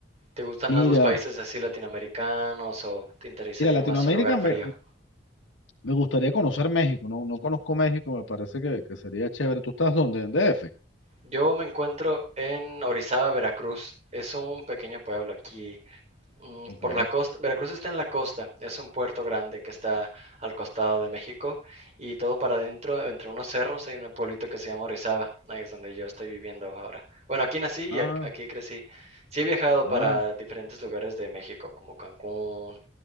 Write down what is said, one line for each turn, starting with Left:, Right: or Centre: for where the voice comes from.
Right: ¿Te
Left: <laughs>
Right: gustan más los
Left: mira,
Right: países así latinoamericanos o te interesaría
Left: mira, Latinoamérica
Right: más un lugar frío?
Left: me, me gustaría conocer México, no, no conozco México, me parece que, que sería chévere. ¿Tú estás dónde? ¿En DF?
Right: Yo me encuentro en Orizaba, Veracruz. Es un pequeño pueblo aquí Mm,
Left: Ok.
Right: Por la costa, Veracruz está en la costa, es un puerto grande que está al costado de México y todo para adentro, entre unos cerros hay un pueblito que se llama Orizaba, ahí es donde yo estoy viviendo ahora. Bueno, aquí nací y
Left: Ah,
Right: ac- aquí crecí. Sí he viajado
Left: ah,
Right: para diferentes lugares de México, como Cancún,